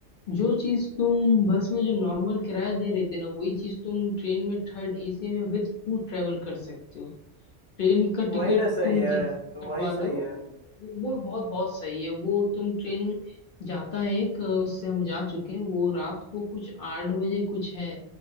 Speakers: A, on the left; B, on the right.
A: जो चीज तुम बस में जो नॉर्मल किराया दे रहे थे ना वही चीज तुम ट्रेन में थर्ड एसी में विथ फूड ट्रेवल कर सकते हो ट्रेन का
B: वही
A: टिकट
B: ना सही
A: तुम
B: है
A: कहीं से भी
B: तो वही
A: कटवा लो
B: सही है
A: वो वो बहुत बहुत सही है वो तुम ट्रेन जाता है एक उससे हम जा चुके हैं वो रात को कुछ आठ बजे कुछ है